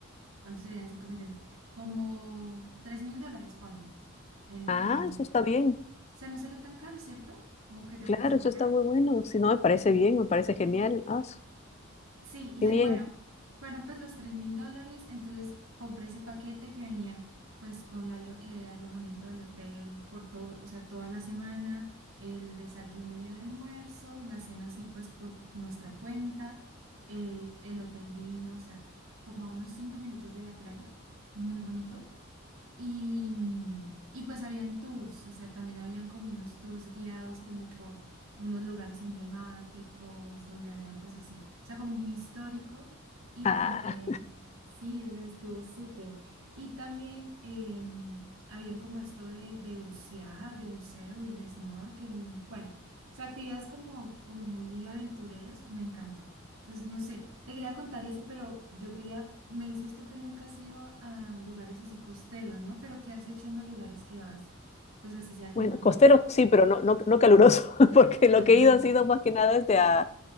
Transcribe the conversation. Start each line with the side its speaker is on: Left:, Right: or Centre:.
Right: ¿cuánto serían 5 millones? Como tres mil dólares, ponle. En,
Left: Ah,
Right: en,
Left: eso está bien.
Right: o sea, no salió tan caro, ¿cierto? ¿O qué te
Left: Claro,
Right: parece muy
Left: eso
Right: caro?
Left: está muy bueno. Si no, me parece bien, me parece genial. Ah, su-
Right: Sí, y
Left: qué bien.
Right: <laughs> en- bueno, fueron pues los tres mil dólares, entonces compré ese paquete que venía pues con la alo- el alojamiento del hotel por todo, o sea, toda la semana, el desayuno y el almuerzo, la cena así pues por nuestra cuenta, eh, el hotel divino, o sea, como a unos cinco minutos de la playa, muy bonito. Y, mm, y pues habían tours, o sea, también habían como unos tours guiados como por unos lugares emblemáticos, donde habían pues así, o sea, como muy histórico. Y
Left: Ah,
Right: también, sí, o sea, estuvo súper. Y también em, habían como esto de, de bucear, de buceo y de snorkeling. Bueno, o sea, actividades como, como muy aventureras, me encantó. Entonces, no sé. Te quería contar eso, pero yo quería, me dices tú que nunca has ido a lugares así costeros, ¿no? Pero ¿qué has hecho en los lugares que vas? Pues así sea clima
Left: bueno,
Right: frío.
Left: costero sí, pero no, no, no caluroso, <laughs> porque lo
Right: Ah,
Left: que he ido ha sido más que nada desde a